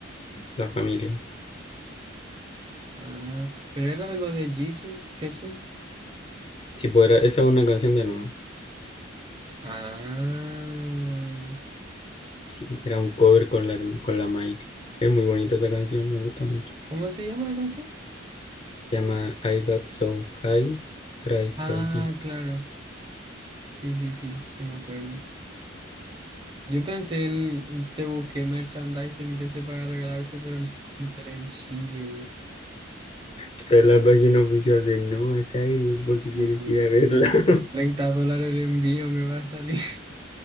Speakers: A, on the left; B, on the right.
A: la familia.
B: Ah, pero era algo de Jesus, Jesús.
A: Sí, pues era, esa es una canción de Noa.
B: Ah,
A: Sí, era un cover con la, herm- con la Miley. Es muy bonita esa canción, me gusta mucho.
B: ¿cómo se llama la canción?
A: Se llama I Got So High, Fry So
B: Ah,
A: Geek.
B: claro. Sí, sí, sí, sí me acuerdo. Yo pensé en, te busqué merchandising de ese para regalarte, pero no encontré en Chile.
A: Está en la página oficial de Noah Cyrus, por si quieres
B: Mm,
A: ir a verla. <laughs>
B: 30 dólares el envío me va a salir.